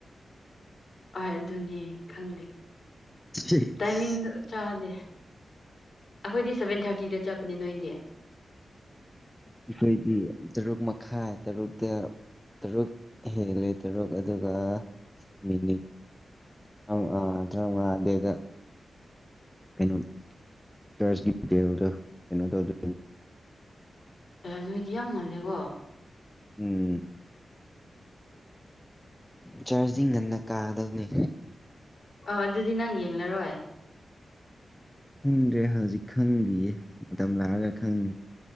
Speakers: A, on the left (about 55°); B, in the centre.
A: ꯍꯣꯏ ꯑꯗꯨꯅꯦ ꯈꯪꯗꯦ
B: ꯑꯩꯈꯣꯏꯗꯤ
A: ꯇꯥꯏꯃꯤꯡꯗꯣ ꯆꯥꯗꯦ ꯑꯩꯈꯣꯏꯗꯤ ꯁꯚꯦꯟ ꯊꯥꯔꯇꯤꯗ ꯆꯠꯄꯅꯦ ꯅꯣꯏꯗꯤ
B: ꯑꯩꯈꯣꯏꯒꯤ ꯇꯔꯨꯛ ꯃꯈꯥꯏ ꯇꯔꯨꯛꯇ ꯇꯔꯨꯛ ꯍꯦꯜꯂꯦ ꯇꯔꯨꯛ ꯑꯗꯨꯒ ꯃꯤꯅꯤꯠ ꯑꯥ ꯊꯔꯥꯃꯉꯥꯗꯩꯗ ꯀꯩꯅꯣ ꯆꯔꯆꯦꯜꯗ ꯀꯩꯅꯣ ꯇꯧꯗ
A: ꯅꯣꯏꯗꯤ ꯌꯥꯝ ꯉꯜꯂꯦꯀꯣ
B: ꯎꯝ ꯆꯥꯔꯖꯗꯤ ꯉꯟꯅ ꯀꯥꯒꯗꯕꯅꯤ
A: ꯑ ꯑꯗꯨꯗꯤ ꯅꯪ ꯌꯦꯡꯂꯔꯣꯏ
B: ꯈꯪꯗ꯭ꯔꯦ ꯍꯧꯖꯤꯛ ꯈꯪꯗ꯭ꯔꯤꯌꯦ ꯃꯇꯝ ꯂꯥꯛꯑꯒ ꯈꯪꯗ